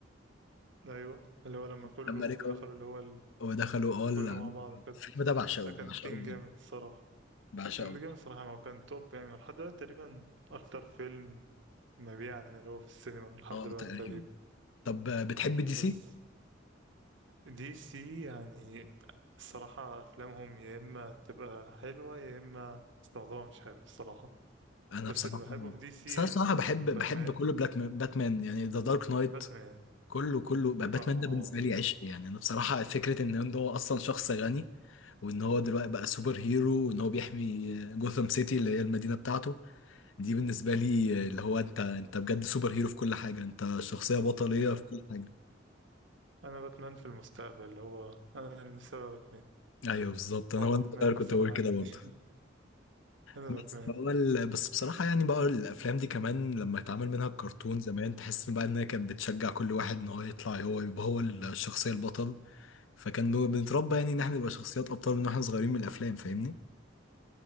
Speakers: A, on the right (about 65°); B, on the left (about 70°).
A: ايوه اللي هو لما كله
B: لما رجعوا
A: دخلوا اللي هو ال-
B: ودخلوا اه ال-
A: كله مع بعض كده
B: الفيلم ده بعشقه
A: ده كان
B: بعشقه
A: تين
B: بجد،
A: جامد الصراحه
B: بعشقه
A: اند جيم الصراحة ما كان توب يعني لحد دلوقتي تقريبا أكتر فيلم مبيعا اللي هو في السينما لحد
B: اه
A: دلوقتي
B: تقريبا
A: تقريبا
B: طب آه، بتحب دي سي؟
A: بس دي سي يعني الصراحة أفلامهم يا إما تبقى حلوة يا إما استخدامها مش حلو الصراحة
B: أنا
A: بس
B: بصراحة
A: اللي بحبه في دي سي
B: بس
A: يعني
B: أنا بصراحة بحب
A: باتمان
B: بحب كل بلاك مان باتمان يعني ذا دارك نايت
A: باتمان
B: كله كله بقى باتمان
A: آه
B: ده بالنسبه لي عشق يعني انا بصراحه فكره ان إن هو اصلا شخص غني وان هو دلوقتي بقى سوبر هيرو وان هو بيحمي جوثام سيتي اللي هي المدينه بتاعته دي بالنسبه لي اللي هو انت انت بجد سوبر هيرو في كل حاجه انت شخصيه بطليه
A: ده
B: في كل حاجه
A: أنا باتمان في المستقبل اللي هو أنا اللي سبب باتمان
B: ايوه بالظبط
A: حوار
B: انا وانا
A: باتمان
B: صغير
A: ده
B: كنت
A: الصراحة
B: بقول كده
A: يعني
B: برضه
A: <laughs> أنا
B: بس
A: باتمان
B: هو ال- بس بصراحة يعني بقى الأفلام دي كمان لما اتعمل منها الكرتون زمان تحس بقى إنها كانت بتشجع كل واحد إن هو يطلع هو يبقى هو الشخصية البطل فكان بن- بنتربى يعني ان احنا نبقى شخصيات ابطال من واحنا صغيرين من الافلام فاهمني